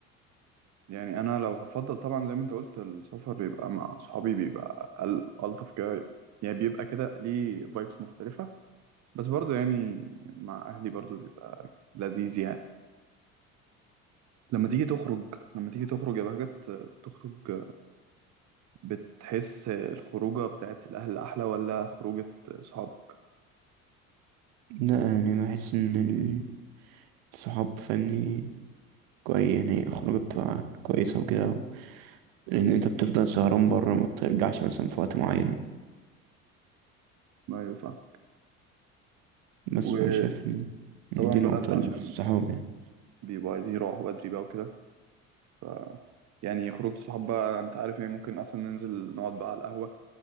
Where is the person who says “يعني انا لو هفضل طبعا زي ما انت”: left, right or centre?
Right